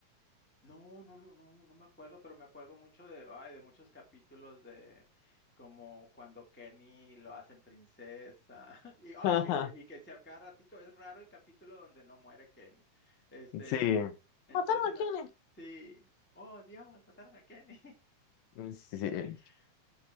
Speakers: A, in the centre; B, on the left.
A: No, no, lo- no, no me acuerdo, pero me acuerdo mucho de, ay, de muchos capítulos de como cuando Kenny lo hacen princesa <laughs> y ay,
B: <laughs>
A: que se- y que si a cada ratito es raro el capítulo donde no muere Kenny. Este,
B: Sí,
A: y- entonces
B: ¿Mataron
A: se
B: a
A: me,
B: quién?
A: sí, oh Dios, mataron a Kenny.
B: sí, sí,
A: <laughs>